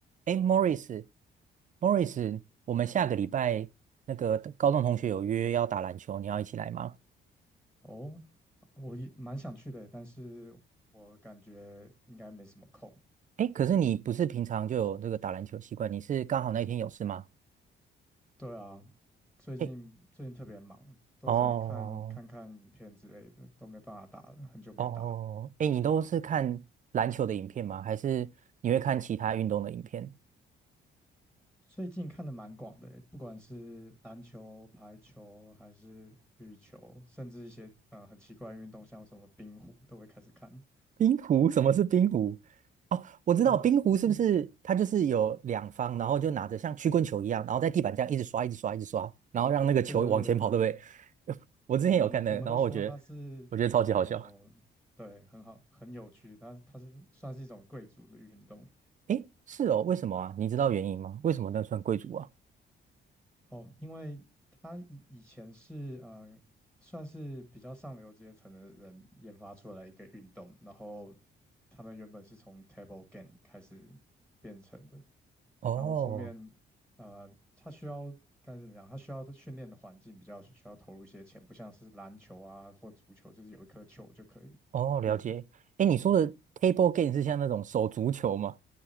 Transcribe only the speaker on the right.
哎，Morris，Morris，我们下个礼拜那个高中同学有约要打篮球，你要一起来吗？
哎，可是你不是平常就有这个打篮球习惯，你是刚好那一天有事吗？
哎，
哦
哦，哎，你都是看篮球的影片吗？还是你会看其他运动的影片？
冰壶？<laughs> 什么是冰壶？哦，我知道冰壶是不是它就是有两方，
然后就拿着像曲棍球一样，然后在地板这样一直刷，一直刷，一直刷，然后让那个球往前跑，
对不对？<laughs> 我之前有看那个，
然后我觉得我觉得超级好笑。
诶，是哦，为什么啊？
你知道原因吗？为什么那算贵族啊？
哦
哦，了解。
诶，你说的
table game 是像那种手足球吗？